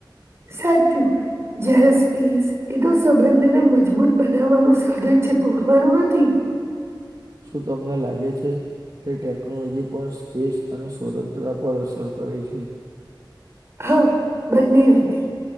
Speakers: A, on the right; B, on the right.
A: સાચું જરા સ્પેસ એ તો સંબંધને મજબૂત બનાવવાનું સાધન છે, તોડવાનું નથી.
B: શું તમને લાગે છે. કે ટેકનોલોજી પણ સ્પેસ અને સ્વતંત્રતા પર અસર કરે છે.
A: હા, બંને રીતે.